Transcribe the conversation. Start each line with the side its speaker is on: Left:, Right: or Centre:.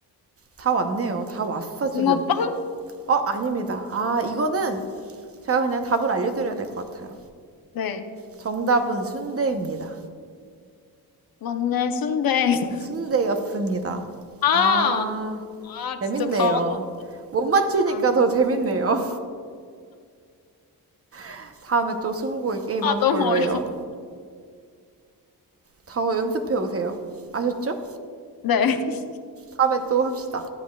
Right: 다 왔네요. 다 왔어, 지금.
Left: 붕어빵?
Right: 어, 아닙니다. 아, 이거는 제가 그냥 답을 알려드려야 될 것 같아요.
Left: 네.
Right: 정답은 순대입니다.
Left: 맞네, 순대. <laughs>
Right: 순대였습니다.
Left: 아!
Right: 아,
Left: 아,
Right: 재밌네요.
Left: 진짜 다 왔는데.
Right: 못 맞추니까
Left: 아,
Right: 더 재밌네요. <laughs> 다음에 또 스무고개 게임
Left: 아,
Right: 하는
Left: 너무
Right: 걸로
Left: 어려워.
Right: 해요. 다 연습해 오세요. 아셨죠?
Left: 네.
Right: 다음에 또 합시다.